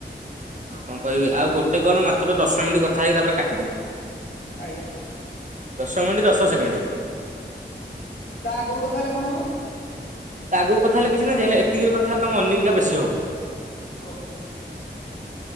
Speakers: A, on the right; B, on the left.
A: ଆଉ କଣ କହିବି ଆଉ ଗୋଟେ କଲ୍ ମାତ୍ର ଦଶ ମିନିଟ୍ କଥା ହେଇି ତାପରେ କାଟିଦେବେ।
B: ଆଜ୍ଞା।
A: ଦଶ ମିନିଟ ଦଶ ସେକେଣ୍ଡ।
B: ତା ଆଗକୁ କଥା ହେଲେ କଣ ହବ?
A: ତା ଆଗକୁ କଥା ହେଲେ କିଛି ନାହିଁ ଯେ ହେଲେ ଏତିକି କଥା ହେଲେ ତମ ୟର୍ଣିଂ ଟା ବେଶୀ ହବ।
B: ଓହୋ।